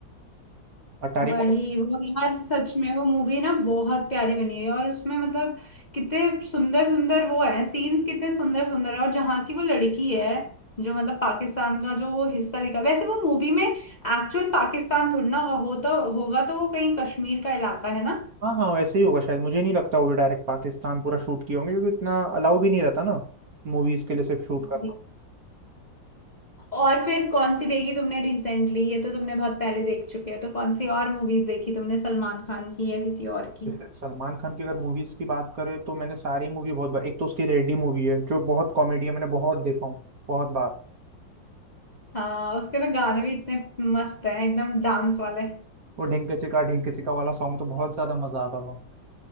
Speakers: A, on the right; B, on the left.
A: अटारी
B: वही
A: बॉर्डर
B: वो यार सच में वो मूवी ना बहुत प्यारी बनी है और उसमें मतलब कितने सुंदर सुंदर वो है सीन्स कितने सुंदर सुंदर है और जहाँ की वो लड़की है जो मतलब पाकिस्तान का जो वो हिस्सा दिखा वैसे वो मूवी में एक्चुअल पाकिस्तान थोड़ी ना हो तो होगा तो वो कहीं कश्मीर का इलाका है ना
A: हाँ हाँ वैसे ही होगा शायद मुझे नहीं लगता वो भी डायरेक्ट पाकिस्तान पूरा शूट किए होंगे क्योंकि इतना अलाउ भी नहीं रहता ना मूवीज के लिए सिर्फ शूट करना
B: जी। और फिर कौन सी देखी तुमने रिसेंटली ये तो तुमने बहुत पहले देख चुके हो तो कौन सी और मूवीज देखी तुमने सलमान खान की या किसी और की
A: जैसे सलमान खान की अगर मूवीज की बात करें तो मैंने सारी मूवी बहुत बार एक तो उसकी रेडी मूवी है जो बहुत कॉमेडी है मैंने बहुत देखा हूँ बहुत बार
B: हाँ उसके तो गाने भी इतने मस्त हैं एकदम डांस वाले
A: वो ढिंक चिका ढिंक चिका वाला सॉन्ग तो बहुत ज्यादा मजा आता था